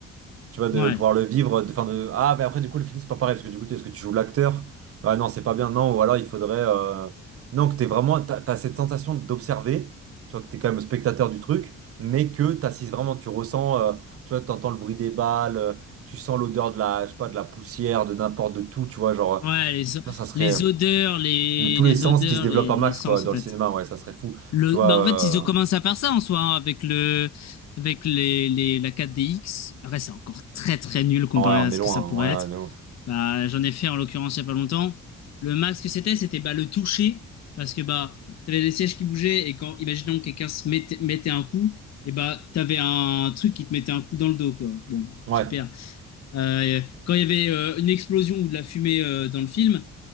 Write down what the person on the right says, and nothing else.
Tu vois, de
pouvoir le vivre, de, enfin de... Ah, mais après, du coup, le film, c'est pas pareil, parce que du coup, est-ce que tu joues l'acteur? Bah non, c'est pas bien, non, ou alors il faudrait... euh, Non, que t'es vraiment... T'as, t'as cette sensation d'observer, tu vois, que t'es quand même spectateur du truc, mais que t'assises vraiment, tu ressens, euh, tu vois, t'entends le bruit des balles, euh, tu sens l'odeur de la, je sais pas, de la poussière, de n'importe de tout, tu vois, genre...
tu- Ça, ça serait...
les- Tous
les sens
qui se développent
à
max,
quoi, dans
le cinéma, ouais, ça serait fou.
Tu vois...
euh,
Ouais, on
est
loin,
ouais,
ouais, de ouf.
Ouais.